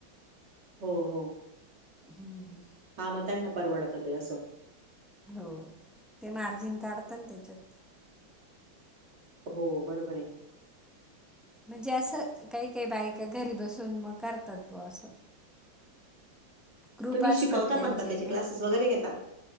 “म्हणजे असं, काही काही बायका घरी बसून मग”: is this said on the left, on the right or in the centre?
Centre